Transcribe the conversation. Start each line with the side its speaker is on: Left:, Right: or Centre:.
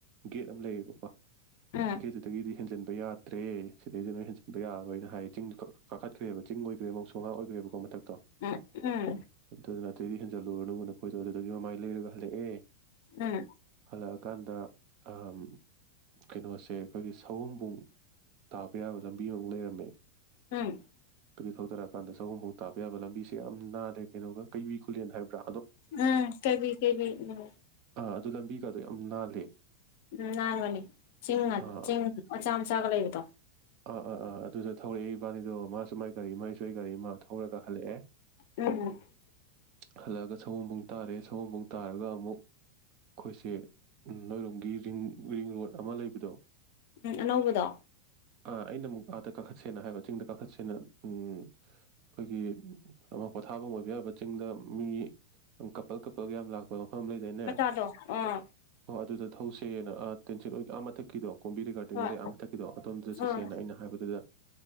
Right: ꯒꯦꯠ ꯑꯃ ꯂꯩꯌꯦꯕꯀꯣ
Left: ꯎꯝ
Right: ꯈꯩ ꯗꯨꯗꯒꯤꯗꯤ ꯍꯦꯟꯖꯤꯟ ꯌꯥꯗ꯭ꯔꯦ ꯁꯤꯗꯩꯗꯤ ꯅꯣꯏ ꯍꯦꯟꯖꯤꯟꯕ ꯌꯥꯔꯣꯏꯅ ꯍꯥꯏꯌꯦ ꯆꯤꯡ ꯀꯥꯈꯠꯈ꯭ꯔꯦꯕ ꯆꯤꯡ ꯑꯣꯏ ꯃꯣꯡꯁꯣꯡ ꯉꯥꯛ ꯑꯣꯏꯈ꯭ꯔꯦꯕꯀꯣ ꯃꯊꯛꯇ
Left: ꯎꯝ ꯎꯝ
Right: ꯑꯗꯨꯅ ꯑꯇꯩꯗꯤ ꯍꯦꯟꯖꯜꯂꯨꯔꯅꯨ ꯅꯈꯣꯏꯗꯨ ꯑꯗꯨꯗꯒꯤ ꯃꯃꯥꯏ ꯂꯩꯔꯒ ꯍꯜꯂꯛꯑꯦ
Left: ꯎꯨꯝ
Right: ꯍꯜꯂꯛꯑꯀꯥꯟꯗ ꯑꯥ ꯀꯩꯅꯣꯁꯦ ꯑꯩꯈꯣꯏꯒꯤ ꯁꯋꯣꯝꯕꯨꯡ ꯇꯥꯕ ꯌꯥꯕ ꯂꯝꯕꯤ ꯑꯃ ꯂꯩꯔꯝꯃꯦ
Left: ꯎꯝ
Right: ꯑꯗꯨ- ꯊꯧꯗꯔꯑꯀꯥꯟꯗ ꯁꯥꯋꯣꯝꯕꯨꯡ ꯇꯥꯕ ꯌꯕ ꯂꯝꯕꯤꯁꯦ ꯌꯥꯝ ꯅꯥꯜ ꯀꯩꯅꯣꯒ ꯀꯩꯕꯤ ꯈꯨꯂꯦꯟ ꯍꯥꯏꯕ꯭ꯔ
Left: ꯎꯨꯝ ꯀꯩꯕꯤ ꯀꯩꯕꯤ ꯎꯨꯝ
Right: ꯑꯥ ꯑꯗꯨ ꯂꯝꯕꯤꯒꯗꯣ ꯌꯥꯝ ꯅꯥꯜꯂꯦ
Left: ꯎꯝ ꯅꯥꯟꯕꯅꯤ ꯆꯤꯡ
Right: ꯑꯥ
Left: ꯆꯤꯡ ꯃꯆꯥ ꯃꯆꯥꯒ ꯂꯩꯕꯗꯣ
Right: ꯑ ꯑꯥ ꯑꯗꯨꯗ ꯊꯧꯔꯛꯑꯦ ꯏꯕꯅꯤꯗꯣ ꯃꯥꯁꯨ ꯃꯥꯏ ꯒꯥꯔꯤ ꯑꯃ ꯑꯩꯁꯨ ꯑꯩ ꯒꯥꯔꯤ ꯑꯃ ꯊꯧꯔꯒ ꯀꯥꯈꯠꯂꯛꯑꯦ
Left: ꯎꯝ ꯎꯝ
Right: ꯍꯜꯂꯛꯑꯒ ꯁꯒꯣꯝꯕꯨꯡ ꯇꯥꯔꯦ ꯁꯒꯣꯝꯕꯨꯡ ꯇꯥꯔ ꯑꯗꯨꯒ ꯑꯃꯨꯛ ꯑꯩꯈꯣꯏꯁꯦ ꯅꯣꯏꯔꯣꯝꯒꯤ ꯔꯤꯡ ꯔꯤꯡ ꯔꯣꯗ ꯑꯃ ꯂꯩꯕꯗꯣ
Left: ꯎꯝ ꯑꯅꯧꯕꯗꯣ
Right: ꯑ ꯑꯩꯅ ꯑꯃꯨꯛ ꯑꯥꯗ ꯀꯥꯈꯠꯁꯦꯅ ꯍꯥꯏꯕ ꯆꯤꯡꯗ ꯀꯥꯈꯠꯁꯦꯅ ꯎꯝ ꯑꯩꯈꯣꯏꯒꯤ ꯑꯃ ꯄꯣꯊꯥꯐꯝ ꯑꯣꯏꯕ ꯌꯥꯕ ꯆꯤꯡꯗ ꯃꯤ ꯀꯄꯜ ꯀꯄꯜꯒ ꯌꯥꯝ ꯂꯥꯛꯄꯗꯣ ꯃꯐꯝ ꯂꯩꯗꯥꯏꯅꯦ
Left: ꯃꯆꯥꯗꯣ ꯑꯥ
Right: ꯍꯣ ꯑꯗꯨꯗ ꯊꯧꯁꯦꯅ ꯇꯦꯟꯁꯤꯠ ꯔꯣꯗ ꯑꯥ ꯃꯊꯛꯀꯤꯗꯣ ꯀꯣꯝꯕꯤꯔꯩ ꯒꯥꯔꯗꯦꯟꯒ
Left: ꯍꯣꯏ
Right: ꯂꯩꯕ ꯑꯥ ꯃꯊꯛꯀꯤꯗꯣ ꯑꯗꯣꯝꯗ ꯆꯠꯁꯦꯅ
Left: ꯑꯥ
Right: ꯑꯩꯅ ꯍꯥꯏꯕꯗꯨꯗ